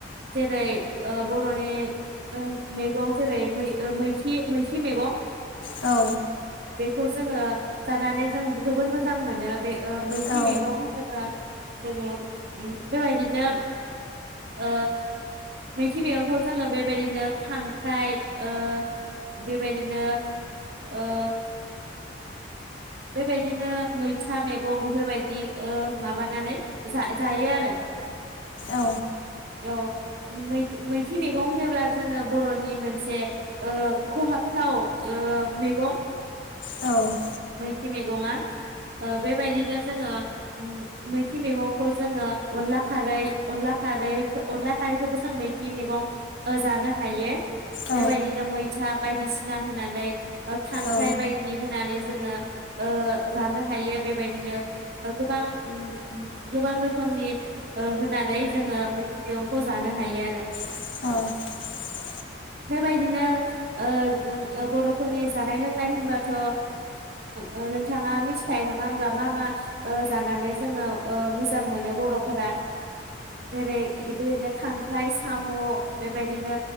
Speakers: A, on the right; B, on the left.
A: जेरै ओ बरनि उम मैगं जेरैै मै ओ मैखि मैखि मेगं
B: औ
A: खौ जोङो जानानै जों जोबोद मोजां मोनो बे ओ मैसे
B: औ
A: मैगं होनोबा जोङो बेबायदिनो ओ मैथि मैगंखौ जोङो बेबायदिनो खांख्राइ ओ बेबायदिनो ओ बेबायदिनो मैथा मेगं बेफोरबायदि ओ माबानानै जा जायो आरो
B: औ
A: औ मै मैथि मेगं होनोब्ला जोङो बरनि मोनसे ओ खहाबथाव ओ मेगं
B: औ
A: मैखि मेगङा बेबायदिनो जोङो उम मैखि मैगंखौ जोङो अनला खारै अनला खारै अनला खारैखौबो जों मैखि मैगं ओ जानो हायो।
B: औ
A: बेबायदिनो मैथा बायदिसिना होनानै खांख्राय
B: औ
A: बायदि होनानै जोङो ओ जानो हायो बेबाय दिनो बाव गोबां उम उम गोबां रोखोमनि ओ होनानै जोङो मैखि मैगंखौ जानो हायो आरो
B: औ
A: बेबायदिनो ओ जों बरफोरनि जानाय लोंनाय होनबाथ ओ ओ नोंथाङा मिथिखायो नङा होमब्ला मा मा ओ जानानै जोङो ओ मोजां मोनो बरफोरा? जेरै बेबादिनो खां ओमफ्राय साम बेबायदिनो